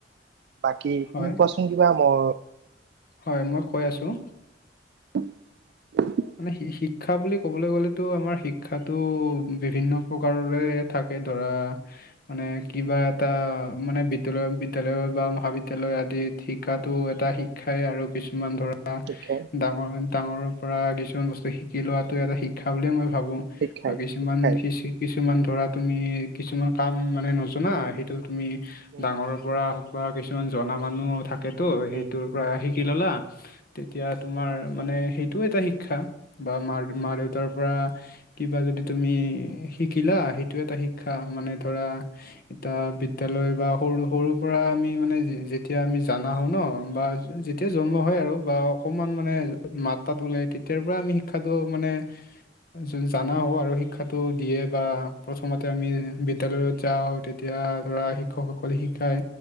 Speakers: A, on the right; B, on the left.
A: বাকী
B: হয়
A: তুমি কোৱাচোন কিবা ম-
B: হয় মই কৈ আছোঁ।
A: <inaudible>
B: মানে শিক্ষা বুলি ক'বলৈ গ'লেতো আমাৰ শিক্ষাতো বিভিন্ন প্ৰকাৰৰে থাক- ধৰা মানে কিবা এটা মানে বিদ্যয়ালয় বিদ্যয়ালয় বা মহাবিদ্য- দ্যালয় আদি শিকাতো এটা শিক্ষাই আৰু কিছুমান ধৰা
A: শিক্ষাই
B: দা <unintelligible> ডাঙৰ পৰা কিছুমান বস্তু শিকি লোৱাটো এটা শিক- ক্ষা বুলি মই
A: উম
B: ভাবো
A: শিক্ষাই
B: বা কিছুমান
A: শিক্ষাই
B: শি চি কিছুমান ধৰা তুমি কিছুমান কাম মানে নজনা সেইটো তুমি
A: উম
B: ডাঙৰৰ পৰা বা কিছুমান জনা মানুহ
A: উম
B: থাকেতো
A: উম
B: সেইটোৰ পৰা শিকি ললা
A: উম
B: তেতিয়া তোমাৰ
A: উম উম
B: মানে সেইটোও এটা শিক্ষা বা মা মা
A: উম
B: দেউতাৰ
A: উম উম উম
B: পৰা কিবা যদি তুমি শিকিলা সেইটো এটা শিক- শিক্ষা মানে ধৰা এটা বিদ- তেয়ালৈ বা সৰু সৰুৰ পৰা আমি মানে যে যেতিয়া আমি জানা হও ন বা যেতিয়া জন্ম
A: উম
B: হয় আৰু বা অকণমান মানে মাত তাত ওলাই তেতিয়াৰ পৰাই আমি শিক্ষাটো মানে জা জানা হও আৰু শিক্ষাটো দিয়ে বা প্ৰথমতে আমি বিদ্যালয়ত যাওঁ তেতিয়া ধৰা শিক্ষকসকলে
A: উম উম
B: শিকায়।